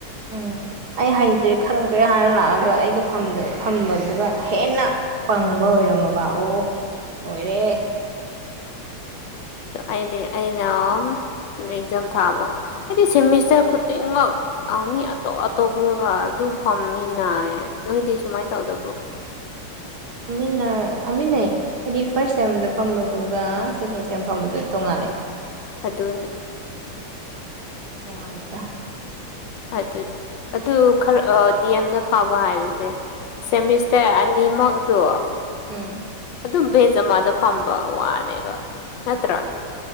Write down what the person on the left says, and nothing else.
ꯑꯩꯗꯤ ꯑꯩꯅꯥꯝ ꯑꯦꯛꯖꯥꯝ ꯊꯥꯕꯒ ꯍꯥꯏꯗꯤ ꯁꯦꯃꯤꯁꯇꯔ ꯈꯨꯗꯤꯡꯃꯛ ꯑ ꯃꯤ ꯑꯇꯣꯞ ꯑꯇꯣꯞꯄꯒ ꯑꯗꯨꯝ ꯐꯝꯃꯤꯅꯩ ꯅꯣꯏꯗꯤ ꯁꯨꯃꯥꯏꯅ ꯇꯧꯗꯕ꯭ꯔꯣ
ꯑꯗꯨꯅꯦ
ꯑꯗꯨ ꯑꯗꯨ ꯈꯔ ꯗꯤ ꯑꯦꯝꯗ ꯐꯥꯕ ꯍꯥꯏꯕꯁꯦ ꯁꯦꯃꯤꯁꯇꯔ ꯑꯅꯤꯃꯛꯗꯣ
ꯑꯗꯨꯝ ꯚꯦꯟꯖ ꯑꯃꯗ ꯐꯝꯕ ꯋꯥꯅꯦꯕ ꯅꯠꯇ꯭ꯔꯥ